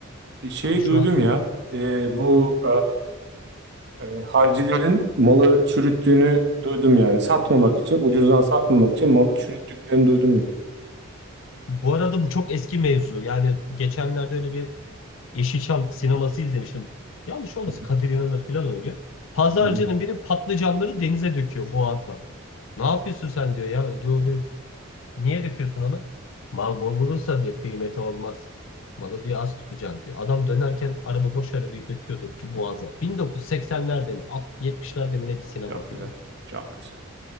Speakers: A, on the right (about 55°); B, on the left (about 65°).
A: E, Şeyi
B: Abi şu
A: duydum
B: an
A: ya. e, bu e, e, halcilerin malı çürüttüğünü duydum yani. Satmamak için, ucuzdan satmamak için malı çürüttüklerini duydum.
B: bu arada bu çok eski mevzu. Yani geçenlerde öyle bir Yeşilçam sineması izlemiştim. Yanlış olmasın
A: Hı hı.
B: Kadir İnanır falan oynuyor. Pazarcının
A: Hı hı.
B: biri patlıcanları denize döküyor boğazdan. Ne yapıyorsun sen diyor ya. Diyor, diyor. Niye döküyorsun onu? Mal bol olursa diyor kıymeti olmaz. Malı diyor az tutacaksın diyor. Adam dönerken araba boş arabayı döküyordu boğaza. 1980'lerde mi 70'lerde mi ne bir sinema
A: Çok
B: filmi.
A: güzel. Çok güzel.